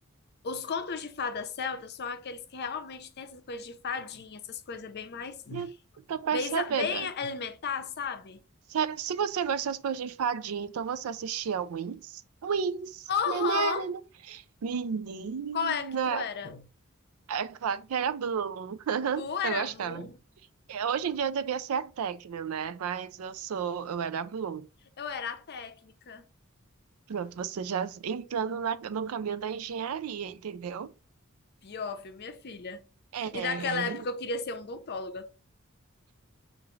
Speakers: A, on the left; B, on the right.
A: os contos de fadas celtas são aqueles que realmente têm essas coisas de fadinha, essas coisas bem mais.
B: eu tô percebendo.
A: Bem, bem elementar, sabe?
B: Sério, se você gosta das coisas de fadinha, então você assistia Wings? Wings!
A: Aham,
B: Nananana. Menina!
A: Qual é que tu era?
B: É claro que era Bloom. <laughs>
A: Tu
B: Eu
A: era
B: gostava.
A: a Blue,
B: É, Hoje em dia eu devia ser a Tecno, né? Mas eu sou, eu era a Bloom.
A: eu era a técnica.
B: Pronto, você já entrando na- no caminho da engenharia, entendeu?
A: Pior, viu, minha filha.
B: É.
A: E naquela época eu queria ser odontóloga.